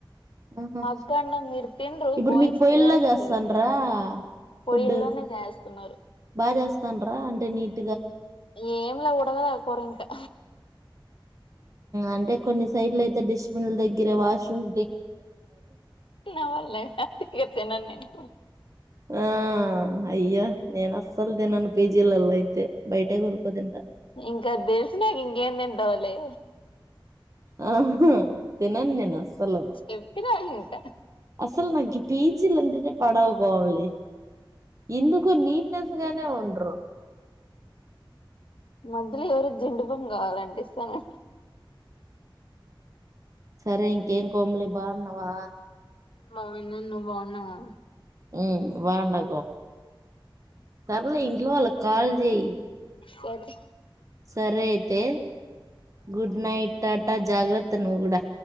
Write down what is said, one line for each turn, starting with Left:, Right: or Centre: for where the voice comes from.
Right: ఆహా
Left: అక్కండ మీరు తినరు
Right: ఇప్పుడు
Left: బాయ్స్
Right: మీకు పయిల్లా
Left: తినేస్తారు
Right: చేస్తాన్రా
Left: అంట పొయ్యిల్లోనే
Right: ఫుడ్
Left: చేస్తున్నారు
Right: బాగా చేస్తాన్రా అంటే నీట్
Left: ఏంలా ఉడకాదు ఆ కొర ఇంకా
Right: అంటే కొన్ని సైడ్ల అయితే డస్ట్బిన్ దగ్గరే వాష్రూమ్
Left: నవల్ల గతే ఇగ తినను నేను
Right: ఆ అయ్యా నేను అస్సలు తినను పిజ లలో అయితే బయటే కొనుక్క తింటా
Left: ఇంకా తెలిసు నాక ఇంకేం తింటవలే
Right: ఆ తినన్ నా అసలు
Left: చెప్పినా ఇంట
Right: అసలు చ నాకి ఈ పిజ లంటినే పాడవవు కంలీ ఎందుకు నీట్నెస్ గానే ఉండరు.
Left: మధ్యలో ఎవరో జిండుపమ్ కావాలంటే ఇస్తాను
Right: సరే ఇంకేంకోమ్లి బా ఉన్నావా
Left: బాగున్నాను నువ్వు బాగున్నావా
Right: ఉమ్ బాగుండా సర్లే ఇంట్లో వాళ్ళకి కాల్ చేయి
Left: సరే
Right: సరే అయితే గుడ్ నైట్ టాటా జాగ్రత్త నువ్వు కూడా